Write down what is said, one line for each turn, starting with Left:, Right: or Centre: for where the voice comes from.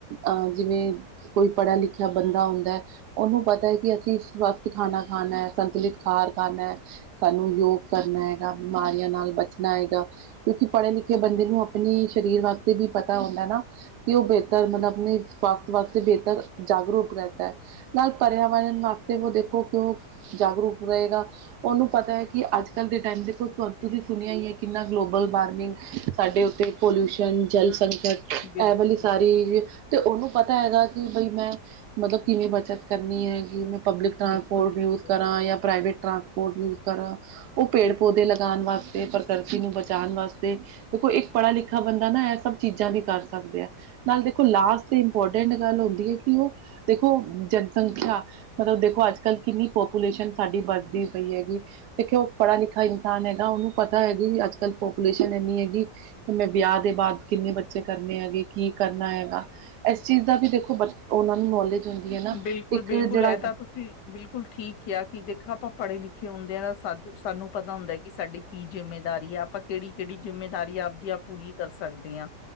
Right: ਅਹ ਜਿਵੇਂ ਕੋਈ ਪੜ੍ਹਿਆ- ਲਿਖਿਆ ਬੰਦਾ ਹ ਉਹਨੂੰ ਪਤਾ ਹੈ ਕਿ ਅਸੀਂ ਸਵਸਥ ਖਾਣਾ ਖਾਣਾ। ਸੰਤੁਲਿਤ ਖਾਰ ਖਾਣਾ। ਸਾਨੂੰ ਯੋਗ ਕਰਨਾ ਹੈਗਾ। ਬਿਮਾਰੀਆਂ ਨਾਲ ਬਚਣਾ ਹੈਗਾ। ਕਿਉਂਕਿ ਪੜ੍ਹੇ- ਲਿਖੇ ਬੰਦੇ ਨੂੰ ਆਪਣੇ ਸਰੀਰ ਵਾਸਤੇ ਵੀ ਪਤਾ ਹੁੰਦਾ ਨਾ। ਕਿ ਉਹ ਬਿਹਤਰ ਮਤਲਬ ਆਪਣੇ ਸਵਾਸਥ ਵਾਸਤੇ ਬਿਹਤਰ ਜਾਗਰੂਕ ਰਹਦਾ ਹੈ। ਨਾਲ ਪਰਿਆਵਰਨ ਵਾਸਤੇ ਉਹ ਦੇਖੋ, ਕਿਉਂ ਜਾਗਰੂਕ ਰਹੇਗਾ। ਉਹਨੂੰ ਪਤਾ ਐ ਕਿ ਅੱਜ-ਕੱਲ ਦੇ ਟਾਈਮ ਦੇਖੋ ਤੁ ਤੁਸੀਂ ਸੁਣਿਆ ਈ ਐ ਕਿੰਨਾ ਗਲੋਬਲ-ਵਾਰਮਿੰਗ, ਸਾਡੇ ਉੱਥੇ ਪੋਲਿਊਸ਼ਨ, ਜਲ-ਸੰਕਟ
Left: ਬਿਲਕੁਲ
Right: ਇਹ ਵਾਲੀ
Left: ਬਿਲਕੁਲ
Right: ਸਾਰੀ, ਤੇ ਉਹਨੂੰ ਪਤਾ ਹੈਗਾ ਕਿ ਬਈ ਮੈਂ, ਮਤਲਬ ਕਿੰਨੀ ਬੱਚਤ ਕਰਨੀ ਹੈ ਕਿ ਮੈਂ ਪਬਲਿਕ ਟਰਾਂਸਪੋਟ
Left: ਬਿਲਕੁਲ ਠੀਕ
Right: ਯੂਜ਼
Left: ਕਿਹਾ
Right: ਕਰਾਂ ਜਾਂ ਪ੍ਰਾਈਵੇਟ ਟਰਾਂਸ ਯੂਜ਼ ਕਰਾ। ਉਹ ਪੇੜ-ਪੌਦੇ ਲਗਾਉਣ ਵਾਸਤੇ, ਪ੍ਰਕਿਰਤੀ ਨੂੰ ਬਚਾਉਣ ਵਾਸਤੇ। ਦੇਖੋ, ਇੱਕ ਪੜ੍ਹਾ- ਲਿਖਾ ਬੰਦਾ ਨਾ ਇਹ ਸਭ ਚੀਜ਼ਾਂ ਵੀ ਕਰ ਸਕਦੇ ਆ। ਨਾਲ ਦੇਖੋ, ਲਾਸਟ ਤੇ ਇੰਪੋਰਟੈਂਟ ਗੱਲ ਹੁੰਦੀ ਹੈ। ਕਿ ਉਹ ਦੇਖੋ, ਜਨਸੰਖਿਆ ਮਤਲਬ ਦੇਖੋ, ਅੱਜ ਕੱਲ੍ਹ ਕਿੰਨੀ ਪਪੂਲੇਸ਼ਨ ਸਾਡੀ ਵੱਧਦੀ ਪਈ ਹੈਗੀ। ਦੇਖਿਉਹ ਪੜ੍ਹਾ- ਲਿਖਾ ਇਨਸਾਨ ਹੈਗਾ। ਉਹਨੂੰ ਪਤਾ ਹੈਗੀ ਅੱਜ ਕੱਲ੍ਹ ਪਪੂਲੇਸ਼ਨ ਇੰਨੀ ਹੈਗੀ। ਤੇ ਮੈਂ ਵਿਆਹ ਦੇ ਬਾਅਦ ਕਿੰਨੇ ਬੱਚੇ ਕਰਨੇ ਹੈਗੇ, ਕੀ ਕਰਨਾ ਹੈਗਾ। ਇਸ ਚੀਜ਼ ਦਾ ਵੀ ਦੇਖੋ ਬ ਉਹ ਨੂੰ ਨੌਲੇਜ ਹੁੰਦੀ ਹੈ ਨਾ।
Left: ਬਿਲਕੁਲ
Right: ਇੱਕ
Left: -ਬਿਲਕੁਲ
Right: ਜਿਹੜਾ
Left: ਇਹ ਤਾਂ ਤੁਸੀਂ ਬਿਲਕੁਲ ਠੀਕ ਕਿਹਾ ਕਿ ਦੇਖੋ ਆਪਾਂ ਪੜ੍ਹੇ-ਲਿਖੇ ਹੁੰਦੇ ਆ। ਤਾਂ ਸਾ-ਸਾਨੂੰ ਪਤਾ ਹੁੰਦਾ ਕਿ ਸਾਡੀ ਕੀ ਜਿੰਮੇਦਾਰੀ ਆ। ਆਪਾਂ ਕਿਹੜੀ-ਕਿਹੜੀ ਜਿੰਮੇਦਾਰੀ ਆਪਦੀ ਆ ਪੂਰੀ ਕਰ ਸਕਦੇ ਆਂ।